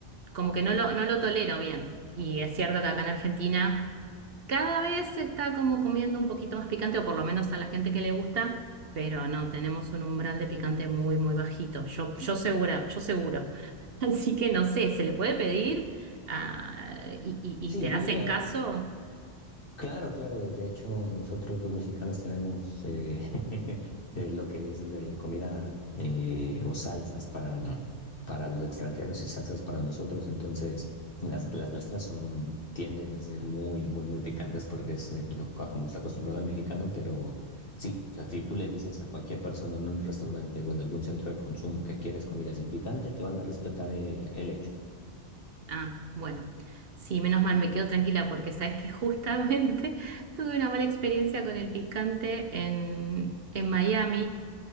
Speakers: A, on the right (about 55°); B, on the left (about 50°).
A: como que no lo, no lo tolero bien, y es cierto que acá en Argentina... Cada vez se está como comiendo un poquito más picante, o por lo menos a la gente que le gusta, pero no, tenemos un umbral de picante muy, muy bajito. Yo, yo segura, yo seguro. <laughs> Así que no sé, ¿se le puede pedir? Ah, y, y-
B: Sí,
A: y te hacen caso?
B: Claro, claro. De de hecho, nosotros los mexicanos tenemos eh, <laughs> eh, lo que es de comida eh, o salsas para, para los extranjeros y salsas para nosotros. Entonces, las, las nuestras son, tienden a ser muy, muy, muy picantes porque es eh, lo, a como está acostumbrado el mexicano, pero sí, o sea, si tú le dices a cualquier persona en un restaurante o en algún centro de consumo que quieres comida sin picante, te van a respetar eh, el hecho.
A: Ah, bueno. Sí, menos mal me quedo tranquila porque sabes que justamente <laughs> tuve una mala experiencia con el picante en, en Miami.